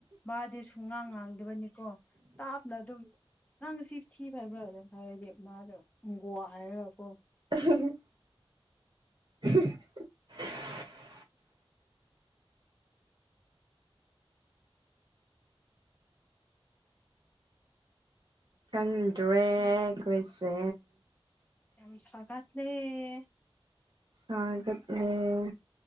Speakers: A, on the left; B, on the right.
A: ꯃꯥꯗꯤ ꯁꯨꯡꯉꯥꯡ ꯉꯥꯡꯗꯕꯅꯤꯀꯣ ꯇꯥꯞꯅ ꯑꯗꯨꯝ ꯅꯪ ꯁꯤ ꯊꯤ ꯐꯕ꯭ꯔꯥ ꯑꯗꯨꯝ ꯍꯥꯏꯔꯗꯤ ꯃꯥꯗꯣ ꯎꯪꯒꯣꯋꯥ ꯍꯥꯏꯔꯒꯀꯣ
B: <unintelligible>
A: <inaudible>
B: ꯈꯪꯗ꯭ꯔꯦ ꯑꯈꫭꯏꯁꯦ
A: ꯌꯥꯝ ꯁꯥꯒꯠ ꯂ‌ꯦ
B: ꯁꯒꯠꯂ‌ꯦ